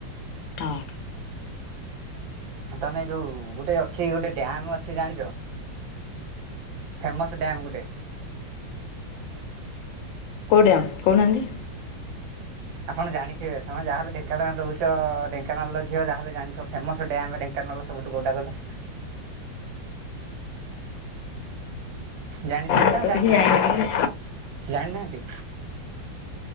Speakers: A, on the left (about 80°); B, on the right (about 80°).
A: ହଁ।
B: ତମେ ଯୋଉ ଗୋଟେ ଅଛି ଗୋଟେ ଡ୍ୟାମ ଅଛି ଜାଣିଛ? ଫେମସ ଡ୍ୟାମ ଗୋଟେ।
A: କୋଉ ଡ୍ୟାମ୍ କହୁନାହାନ୍ତି?
B: ଆପଣ ଜାଣିଥିବେ ତମେ ଯାହା ହେଲେ ଢେଙ୍କାନାଳରେ ରହୁଛ, ଢେଙ୍କାନାଳର ଝିଅ ଯାହା ହେଲେ ଜାଣିଥିବ ଫେମସ ଡ୍ୟାମ ଢେଙ୍କାନାଳର ସବୁଠୁ କୋଉଟା କହିଲ? ଜାଣିଛନ୍ତି
A: ମୁଁ
B: ନା
A: ତ
B: ଜାଣିନାହାନ୍ତି-ଜାଣିନାହାନ୍ତି?
A: କିଛି ଜାଣିନି